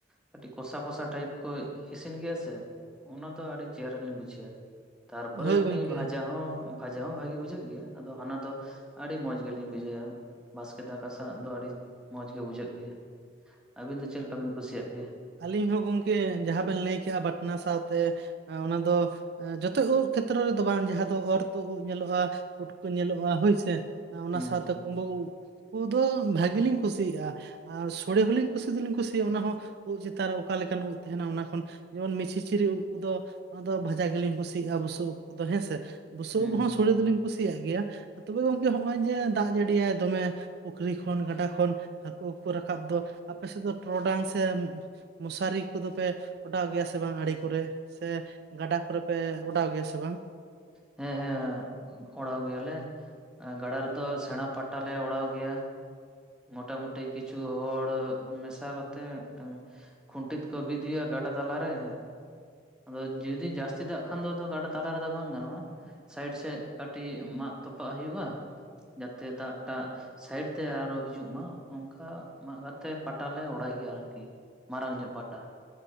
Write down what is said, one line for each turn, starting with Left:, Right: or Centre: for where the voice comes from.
Centre: ᱠᱟᱹᱴᱤᱡ ᱠᱚᱥᱟ ᱠᱚᱥᱟ ᱴᱟᱭᱤᱯ ᱠᱚ ᱤᱥᱤᱱ ᱜᱮᱭᱟ ᱥᱮ ᱚᱱᱟ ᱫᱚ ᱟᱹᱰᱤ ᱪᱮᱦᱨᱟ ᱞᱤᱧ ᱵᱩᱡᱷᱟᱹᱣᱟ ᱛᱟᱨᱯᱚᱨᱮ
Right: ᱦᱳᱭ
Centre: ᱮᱢᱱᱤ
Right: ᱜᱚᱝᱠᱮ
Centre: ᱵᱷᱟᱡᱟ ᱦᱚᱸ ᱵᱷᱟᱡᱟ ᱦᱚᱸ ᱵᱷᱟᱜᱤ ᱵᱩᱡᱷᱟᱹᱜ ᱜᱮᱭᱟᱹ ᱟᱫᱚ ᱦᱟᱱᱟ ᱫᱚ ᱟᱹᱰᱤ ᱢᱚᱸᱡᱽ ᱢᱚᱸᱡᱽ ᱜᱮᱞᱤᱧ ᱵᱩᱡᱷᱟᱹᱭᱟ ᱵᱟᱥᱠᱮ ᱫᱟᱠᱟ ᱥᱟᱶ ᱫᱚ ᱟᱹᱰᱤ ᱢᱚᱸᱡᱽ ᱜᱮ ᱵᱩᱡᱷᱟᱹᱜ ᱜᱮᱭᱟ ᱟᱹᱵᱤᱱ ᱫᱚ ᱪᱮᱫᱠᱟ ᱵᱤᱱ ᱠᱩᱥᱤᱭᱟᱜ ᱜᱮᱭᱟ᱾
Right: ᱟᱞᱤᱧ ᱦᱚᱸ ᱜᱚᱝᱠᱮ ᱡᱟᱦᱟᱸ ᱵᱮᱱ ᱞᱟᱹᱭ ᱠᱮᱜᱼᱟ ᱵᱟᱴᱱᱟ ᱥᱟᱶᱛᱮ ᱚᱱᱟᱫᱚ᱾ ᱡᱚᱛᱚ ᱩᱵ ᱠᱷᱮᱛᱨᱚ ᱨᱮᱫᱚ ᱵᱟᱝ ᱡᱟᱦᱟᱸ ᱫᱚ ᱚᱨ ᱛᱚ ᱩᱵ ᱧᱮᱞᱚᱜᱼᱟ, ᱯᱩᱴᱠᱟᱹ ᱧᱮᱞᱚᱜᱼᱟ, ᱦᱳᱭᱥᱮ ᱚᱱᱟ
Centre: ᱦᱩᱸ
Right: ᱥᱟᱶᱛᱮ
Centre: ᱦᱩᱸ
Right: ᱠᱩᱢᱵᱟᱹ ᱠᱚᱫᱚ ᱵᱷᱟᱜᱤ ᱞᱤᱧ ᱠᱩᱥᱤᱭᱟᱜᱼᱟ, ᱟᱨ ᱥᱳᱲᱮ ᱦᱚᱸᱞᱤᱧ ᱠᱩᱥᱤ ᱫᱤᱱ ᱤᱧ ᱠᱩᱥᱤᱭᱟᱜᱼᱟ ᱚᱱᱟ ᱦᱚᱸᱚᱸ ᱩᱵ ᱪᱮᱛᱟᱱ ᱨᱮ ᱚᱠᱟ ᱞᱮᱠᱟᱱ ᱩᱵ ᱛᱟᱦᱮᱱᱟ ᱚᱱᱟ ᱠᱷᱚᱱ ᱡᱮᱢᱚᱱ ᱢᱤᱪᱷᱤᱪᱤᱨᱤ ᱩᱵ ᱠᱚᱫᱚ ᱚᱱᱟᱫᱚ ᱵᱷᱟᱡᱟ ᱜᱮᱞᱤᱧ ᱠᱩᱥᱤᱭᱟᱜᱼᱟ ᱵᱩᱥᱩᱵ ᱩᱵ ᱠᱚᱫᱚ ᱦᱮᱸᱥᱮ ᱵᱩᱥᱩᱵ
Centre: ᱦᱩᱸ
Right: ᱩᱰ ᱦᱚᱸ
Centre: ᱦᱩᱸ
Right: ᱥᱲᱮ ᱫᱚᱞᱤᱧ ᱠᱩᱥᱤᱭᱟᱜ ᱜᱮᱭᱟ᱾ ᱛᱚᱵᱮ ᱜᱚᱝᱠᱮ ᱦᱚᱜᱼᱚᱭ ᱡᱮ ᱫᱟᱜ ᱡᱟᱹᱲᱤᱭᱟᱭ ᱫᱚᱢᱮ ᱯᱩᱠᱷᱨᱤ ᱠᱷᱚᱱ ᱜᱟᱰᱟ ᱠᱷᱚᱱ ᱦᱟᱹᱠᱩ ᱠᱩ ᱨᱟᱠᱟᱵ ᱫᱚ᱾ ᱟᱯ ᱥᱮᱫ ᱫᱚ ᱴᱚᱨᱚᱰᱟᱝ ᱥᱮ ᱢᱚᱥᱟᱨᱤ ᱠᱚᱫᱚ ᱯᱮ ᱚᱰᱟᱣ ᱜᱮᱭᱟ ᱥᱮ ᱵᱟᱝ ᱟᱲᱮ ᱠᱚᱨᱮ? ᱥᱮ ᱜᱟᱰᱟ ᱠᱚᱨᱮ ᱯᱮ ᱚᱰᱟᱣ ᱜᱮᱭᱟ ᱥᱮ ᱵᱟᱝ?
Centre: ᱦᱮᱸ ᱦᱮᱸ ᱚᱲᱟᱣ ᱜᱮᱭᱟᱞᱮ ᱜᱟᱰᱟ ᱨᱮᱫᱚ ᱥᱮᱬᱟ ᱯᱟᱴᱟᱞ ᱞᱮ ᱚᱲᱟᱣ ᱜᱮᱭᱟ ᱢᱚᱴᱟᱟᱢᱩᱴᱤ ᱠᱤᱪᱷᱩ ᱦᱚᱲ ᱢᱮᱥᱟ ᱠᱟᱛᱮᱜ ᱢᱤᱫᱴᱟᱝ ᱠᱷᱩᱱᱴᱤᱫ ᱠᱚ ᱵᱤᱫ ᱦᱩᱭᱩᱜᱼᱟ ᱜᱟᱰᱟ ᱛᱟᱞᱟᱨᱮ᱾ ᱟᱫᱚ ᱡᱩᱫᱤ ᱡᱟᱹᱥᱛᱤ ᱫᱟᱜ ᱠᱷᱟᱱ ᱫᱚ ᱟ ᱜᱟᱰᱟ ᱛᱟᱞᱟ ᱨᱮᱫᱚ ᱵᱟᱝ ᱜᱟᱱᱚᱜᱼᱟ᱾ ᱥᱟᱤᱰ ᱥᱮᱡ ᱠᱟᱹᱴᱤᱡ ᱢᱟᱜ ᱛᱚᱯᱟᱜ ᱦᱩᱭᱩᱜᱼᱟ ᱡᱟᱛᱮ ᱫᱟᱜ ᱴᱟᱜ ᱥᱟᱭᱤᱰ ᱛᱮ ᱟᱨᱚ ᱦᱤᱡᱩᱜ ᱢᱟ ᱚᱱᱠᱟ ᱢᱟᱜ ᱠᱟᱛᱮᱜ ᱯᱟᱴᱟ ᱞᱮ ᱚᱲᱟᱭ ᱜᱮᱭᱟ ᱟᱨᱠᱤ ᱢᱟᱨᱟᱝ ᱧᱚᱜ ᱯᱟᱴᱟ